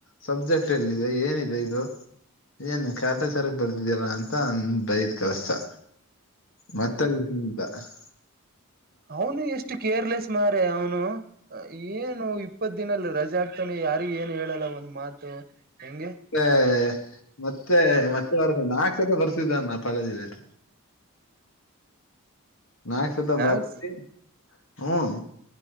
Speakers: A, on the left (about 60°); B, on the right (about 40°).
A: ಸಬ್ಜೆಕ್ಟ್ ಎಲ್ಲಿದೆ ಏನಿದೆ ಇದು. ಏನ್ ಕಾಟಾಚಾರಕ ಬರ್ದಿದ್ಯಲ ಅಂತ ಅ ಬೈದ ಕಲ್ಸದ. ಮತ್ತ
B: ಹ
A: <unintelligible>
B: ಅವ್ನು ಎಷ್ಟ ಕೇರ್ಲೆಸ್ ಮಾರ ಅವನು ಏನು ಇಪ್ಪತ ದಿನಲ್ಲ ರಜೆ ಹಾಕ್ತಾನೆ ಯಾರಿಗ ಏನ್ ಹೇಳಲ್ಲ ಒಂದ್ ಮಾತು ಹೆಂಗೆ
A: ಎ ಮತ್ತೆ ಮತ್ತೆ ವರ್ಷ ನಾಕ ಸತಿ ಬರ್ಸಿದ್ದಾನ ಅಪಾಲಜಿ ಲೇಟ
B: <inaudible>
A: ನಾಕ ಸತ
B: ಮ್ಯಾಕ್ಸ್
A: ಬರ್ರ ಹ್ಮ